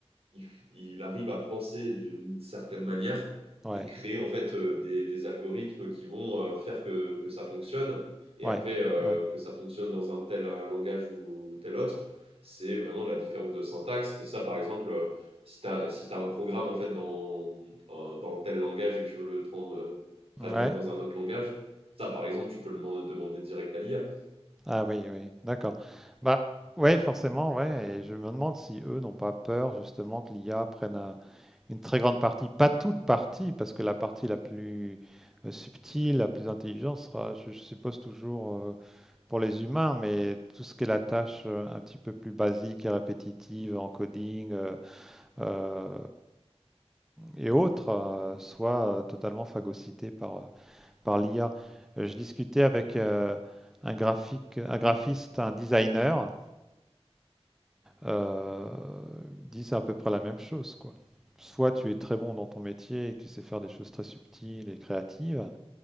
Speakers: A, on the right; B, in the centre.
A: il, f- il arrive à penser d'une certaine manière
B: Ouais.
A: et créer en fait euh, des, des algorithmes qui vont euh, faire que, que ça fonctionne. Et
B: Ouais,
A: après, euh,
B: ouais,
A: que ça fonctionne dans un tel euh, langage ou tel autre, c'est vraiment la différence de syntaxe. Et ça, par exemple, euh, si tu as, si t'as un programme en fait dans, euh, dans tel langage et que tu veux le tra- euh, traduire
B: ouais.
A: dans un autre langage, ça, par exemple, tu peux le man- demander direct à l'IA.
B: Ah oui, oui, d'accord. Bah, ouais, forcément, ouais. Et je me demande si eux n'ont pas peur justement que l'IA prenne un- une très grande partie, pas toute partie, parce que la partie la plus euh, subtile, la plus intelligente sera, je je suppose, toujours euh, pour les humains, mais tout ce qui est la tâche euh, un petit peu plus basique et répétitive en coding euh, euh, et autres, euh, soit euh, totalement phagocytée par, euh, par l'IA. Euh, je discutais avec euh, un graphique, un graphiste, un designer. Euh, il dit c'est à peu près la même chose, quoi. Soit tu es très bon dans ton métier et que tu sais faire des choses très subtiles et créatives,